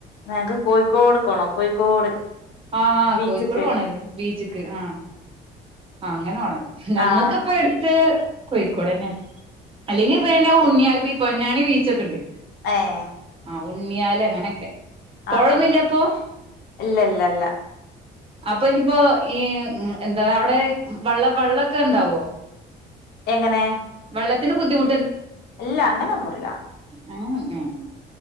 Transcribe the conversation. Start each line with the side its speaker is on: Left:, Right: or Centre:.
Left: ഞങ്ങക്ക് കോഴിക്കോട്ക്കോണം കോഴിക്കോട്
Right: ആഹ്
Left: ബീച്ച്ക്ക്
Right: കോഴിക്കോട് പോണേല് ബീച്ചിക്ക് ആഹ് ആ അങ്ങനെ പോണെ ഞങ്ങൾക്ക്
Left: ആഹ്
Right: ഇപ്പം എടുത്ത് കോയിക്കോടന്നെ അല്ലെങ്കിൽ പിന്നെ ഉണ്ണിയ ഈ പൊന്നാനി ബീച്ച് ഒക്കെ ഉണ്ട്
Left: എഹ്
Right: ആ ഉണ്ണിയാല് അങ്ങനെയൊക്കെ പൊഴൊന്നുല്ലപ്പോ
Left: ആഹ് ആഹ്
Right: അപ്പൊ
Left: ഇല്ല ഇല്ല ഇല്ല
Right: അപ്പൊ ഇനിയിപ്പോ ഈ എന്താ അവിടെ വെള്ള വെള്ളക്കെ ഉണ്ടാവോ
Left: എങ്ങനെ
Right: വെള്ളത്തിന് ബുദ്ധിമു
Left: ഇല്ല അങ്ങനൊന്നുമില്ല
Right: ഉം ഉം